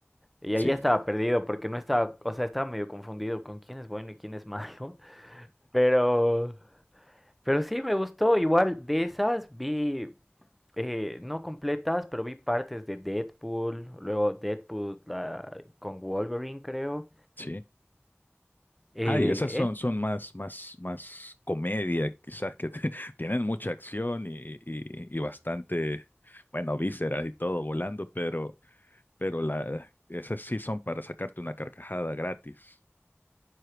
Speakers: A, in the centre; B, on the left (about 45°).
A: Y
B: Sí,
A: ahí ya estaba perdido, porque no estaba, o sea, estaba medio confundido con quién es bueno y quién es <laughs> malo. Pero, pero sí me gustó. Igual de esas vi, eh, no completas, pero vi partes de Deadpool, luego Deadpool la- con Wolverine, creo.
B: Sí.
A: Eh,
B: Ay, esas son,
A: esas.
B: son más, más, más comedia, quizás que te- <laughs> tienen mucha acción y, y, y bastante, bueno, vísceras y todo volando, pero, pero la, esas sí son para sacarte una carcajada gratis.